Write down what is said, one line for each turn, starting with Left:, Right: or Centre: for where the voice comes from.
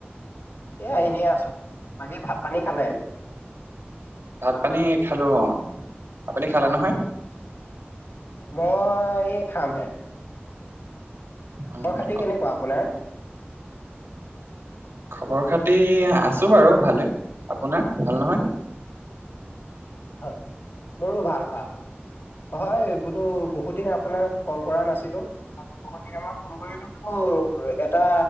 Left: এয়া এনেই আছো বাকী ভাত পানী খালে।
Right: ভাত পানী খালো অ, আপুনি খালে নহয়?
Left: মই এই খাম হে
Right: উম,
Left: খবৰ-খাতি কেনেকুৱা আপোনাৰ
Right: খবৰ খাতি আছো বাৰু ভালে আপোনাৰ ভাল নহয়।
Left: ভাল, মোৰো ভাল ভাল হয়, বোলো বহুত দিন আপোনাক কল কৰা নাছিলো। আজি বহুত দিনৰ মূৰত ফোন কৰিলো। তো একেটা